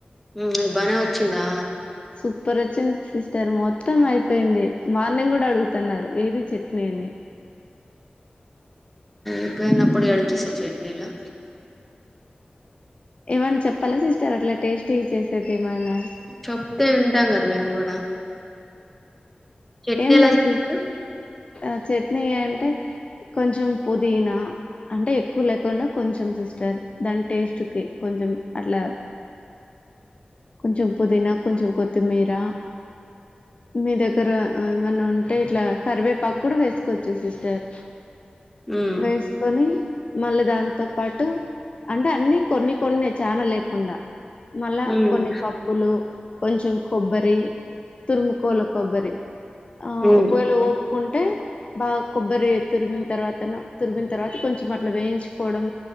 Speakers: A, in the centre; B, on the left.
A: హ ఇ బనే వచ్చిందా
B: సూపర్ వచ్చింది సిస్టర్ మొత్తం అయిపోయింది మార్నింగ్ కూడా అడుగుతున్నారు ఏది చట్నీని
A: ఇప్పు ఎన్న పొడి అడుంచ సా చట్నీలో
B: ఏమన్నా చెప్పాలా సిస్టర్ అట్లా టేస్ట్ ఇ చేేసేది ఏమైనా
A: చెప్తే వింటాం కదా మేము కూడా చట్నీ
B: ఏం
A: ఎలా
B: లేదు
A: చేస్తారు
B: ఆ చట్నీ అంటే కొంచం పుదీనా అంటే ఎక్కువ లేకుండా కొంచెం సిస్టర్ దాని టేస్ట్ కి కొంచెం అట్లా కొంచెం పుదీనా కొంచెం కొత్తిమీర మీ దగ్గర ఏమన్నా ఉంటే ఇట్లా కరివేపాకు కూడా వేసుకోవచ్చు సిస్టర్
A: ఉమ్
B: వేసుకొని మళ్ళీ దాంతో పాటు అంటే అన్ని కొన్ని కొన్ని చాన లేకుండా మళ్ళా
A: ఉమ్
B: కొన్ని ప ఉప్పులు కొంచెం కొబ్బరి తురుముకోల కొబ్బరి ఆ
A: ఉమ్
B: ఒకవేళ ఒఓపుకుంటే బాగా కొబ్బరి తురిగిన తర్వాత తురిగిన తర్వాత కొంచెం అట్లా వేయించుకోవడం